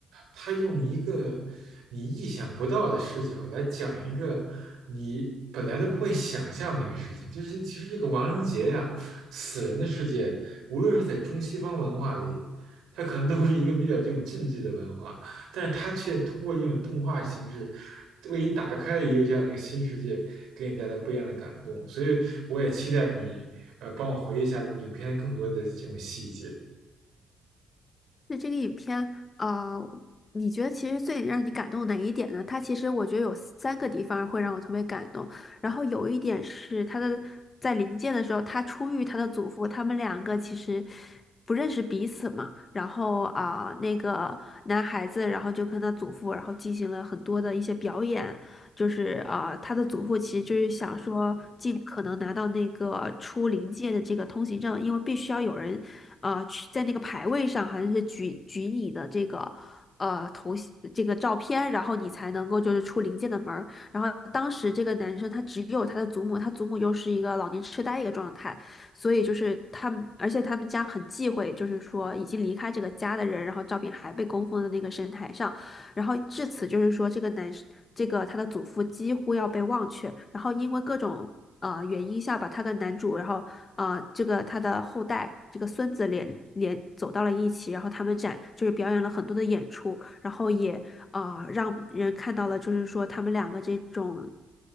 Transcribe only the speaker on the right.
他用一个你意想不到的视角来讲一个你本来都不会想象的一个事情，就是其实这个亡灵节呀、死人的世界，无论是在中西方文化里，它可能都是一个比较这种禁忌的文化，但是它却通过这种动画形式，为你打开了一个这样的一个新世界，给你带来不一样的感动。所以我也期待你，呃，帮我回忆一下影片的更多的这种细节。